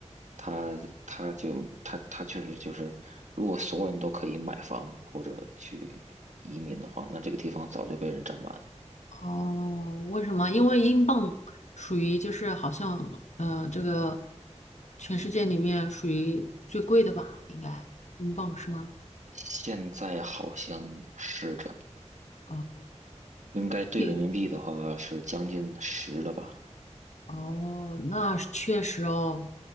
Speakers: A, on the right; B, on the left.
A: 它它就它它确实就是，如果所有人都可以买房或者去移民的话，那这个地方早就被人占满了。
B: 哦，为什么？因为英镑属于就是好像呃，这个全世界里面属于最贵的吧？应该英镑是吗？
A: 现在好像是的，
B: 哦，
A: 应该兑人民币的话是将近十了吧？
B: 对，哦，那是确实哦。